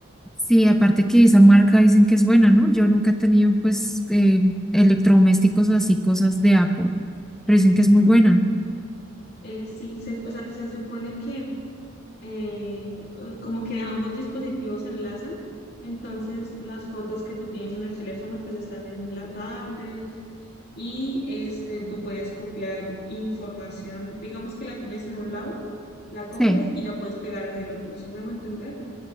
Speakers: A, in the centre; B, on the left.
A: sí, aparte que esa marca dicen que es buena, ¿no? Yo nunca he tenido, pues, eh, electrodomésticos o así, cosas de Apple, pero dicen que es muy buena.
B: Ajá. Eh, sí, se- o sea, se supone que eh, eh, como que ambos dispositivos se enlazan, entonces las fotos que tú tienes en el teléfono pues están en la tablet y este, tú puedes copiar información, digamos que la tienes en un lado, la copias
A: Sí.
B: y la puedes pegar en el otro, ¿sí me hago entender?